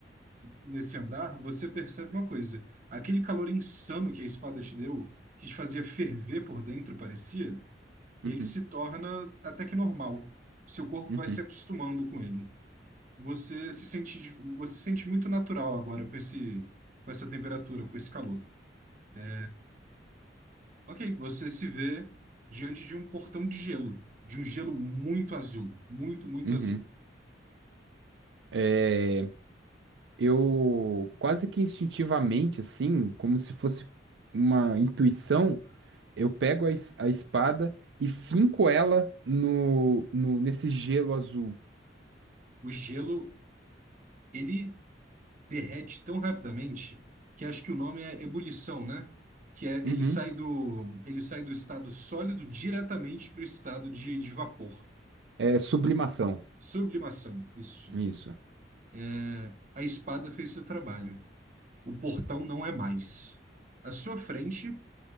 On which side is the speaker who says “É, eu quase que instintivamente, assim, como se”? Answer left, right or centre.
Right